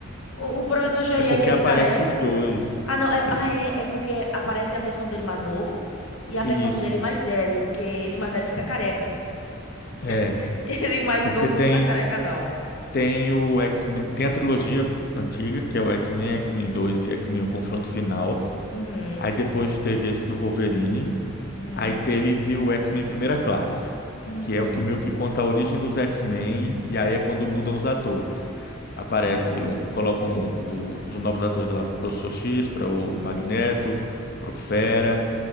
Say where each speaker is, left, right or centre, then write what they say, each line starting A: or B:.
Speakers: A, on the left; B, on the left.
A: O, o professor Xavier,
B: É porque
A: aquele
B: aparece
A: careca.
B: os dois.
A: Ah, não, é, ah, é, é porque aparece a versão dele mais novo e a versão
B: Isso.
A: dele mais velho, porque ele mais velho fica careca.
B: É,
A: <laughs> Ele mais
B: porque
A: novo
B: tem
A: não tá careca, não.
B: tem o X-Men, tem a trilogia antiga, que é o X-Men, X-Men 2 e X-Men O Confronto Final.
A: Uhum.
B: Aí depois teve esse do Wolverine,
A: Hum.
B: Aí teve viu, o X-Men Primeira Classe,
A: Hum.
B: que é o que meio que conta a origem dos X-Men, e aí é quando mudam os atores. Aparece,
A: Ah,
B: o- colocam o- os novos atores lá para o Professor X, para o Magneto, para o Fera